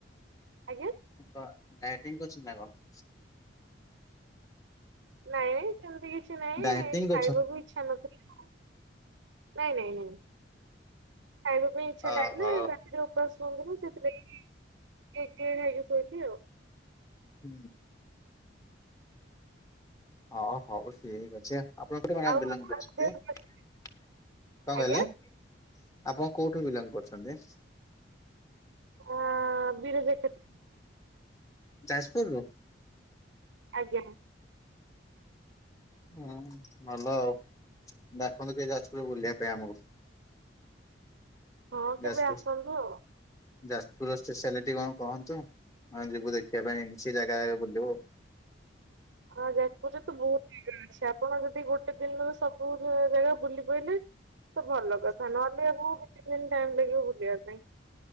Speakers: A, on the right (about 75°); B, on the left (about 15°).
A: ଆଜ୍ଞା?
B: କଣ ଡାଏଟିଂ କରିଛନ୍ତି ନା କଣ?
A: ନାଇଁ ନାଇଁ ସେମିତି କିଛି ନାଇଁ
B: ଡାଏଟିଂ କରୁଛନ୍ତି
A: ଖାଇବାକୁ ଇଛା ନଥିଲା। ନାଇଁ ନାଇଁ ନାଇଁ ଖାଇବା ପାଇଁ ଇଛା
B: ଓହୋ।
A: ନଥିଲା ରାତିରେ ଉ ଉପାସ ହେଇଥିଲାନା ସେଥିପାଇଁ ତ ଖାଇନି ଆଉ।
B: ହୁଁ। ହଁ ହଉ ଠିକ ଅଛି ଆଉ। ଆପଣ ଗଟେ ମେ
A: ଆଉ
B: ବିଲନ
A: ଆପଣଙ୍କ
B: କରଛନ୍ତି
A: ଦେହ ଭଲ
B: କଣ
A: ଅଛି? ଆଜ୍ଞା
B: କହିଲେ? ଆପଣ କୋଉଠୁ ବିଲଙ୍ଗ କରୁଛନ୍ତି?
A: ଆ ବିରଜା କ୍ଷେତ୍ର
B: ଯାଜପୁରରୁୁ?
A: ଆଜ୍ଞା।
B: ହୁଁ ଭଲ ଆଉ ଡାକନ୍ତୁ ଟିକେ ଯାଜପୁର ବୁଲିଆ ପାଇଁ ଆମକୁ।
A: ହଁ
B: ଯାସ୍ପୁର୍
A: କେବେ ଆସନ୍ତୁ ଆଉ।
B: ଯାସ୍ ପୁର ର ଷ୍ଟେସାଲିଟି କଣ କହନ୍ତୁ। ଆମେ ଯିବୁ ଦେଖିଆ ପାଇଁ ସେ ଜାଗା ଆଡେ ବୁଲିବୁ ଆଉ।
A: ହଁ ଯାଜପୁରରେ ତ ବହୁତ୍ ଜାଗା ଅଛି ଆପଣ ଯଦି ଗୋଟେ ଦିନରେ ସବୁ ଜାଗା ବୁଲି ପାଇଲେ ତ ଭଲ କଥା ନହେଲେ ଆପଣଙ୍କୁ କିଛି ଦିନି ଟାଇମ୍ ଲାଗିବ ବୁଲିଆ ପାଇଁ।